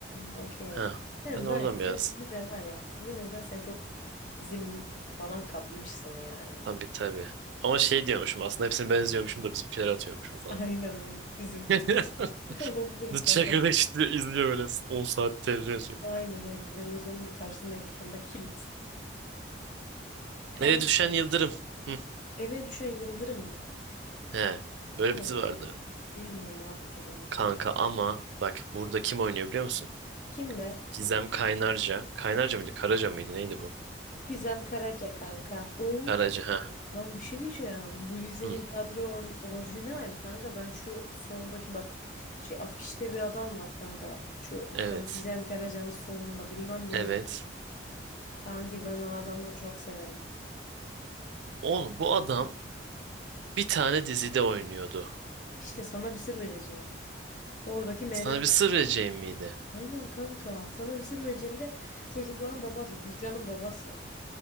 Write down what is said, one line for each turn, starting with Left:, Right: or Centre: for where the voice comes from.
Left: okey.
Right: Ha.
Left: Sen
Right: Ben oradan
Left: var ya, sen
Right: biraz
Left: sizin ev var ya. Sizin evden sen çok dizimi falan kapmışsın yani.
Right: tabii tabii. Ama şey diyormuşum aslında hepsini ben izliyormuşum da bizimkileri atıyormuşum
Left: <laughs>
Right: falan.
Left: Aynen aynen. Bizimki
Right: <laughs>
Left: de var. <laughs> Olabilir
Right: The Çakır'da
Left: bu arada.
Right: işte izliyor böyle 10 saat televizyon izliyor.
Left: Aynen aynen. Televizyonun karşısında ekranda kilit. Kanki.
Right: Eve düşen Yıldırım. Hı.
Left: Eve düşen yıldırım mı?
Right: He. Böyle
Left: O ne
Right: bir dizi
Left: ya?
Right: vardı.
Left: Bilmiyorum abi ben onu.
Right: Kanka ama bak burada kim oynuyor biliyor musun?
Left: Kim be?
Right: Gizem Kaynarca. Kaynarca mıydı? Karaca mıydı? Neydi bu?
Left: Gizem Karaca kanka. Oo.
Right: Karaca ha.
Left: Lan bir şey diyeceğim. Bu dizinin
Right: Hı.
Left: kadro or- orijinal kanka. Ben şu soldaki bak şey afişte bir adam var kanka. Şu
Right: Evet.
Left: tam Gizem Karaca'nın solunda bilmem bilirim.
Right: Evet.
Left: Kanki ben o adamı çok severim.
Right: Oğlum bu adam bir tane dizide oynuyordu.
Left: İşte sana bir sır vereceğim. Oradaki Mehmet
Right: Sana bir
Left: kanka.
Right: sır vereceğim miydi?
Left: Aynen kanka. Sana bir sır vereceğim de çocukların babası, Gürcan'ın babası.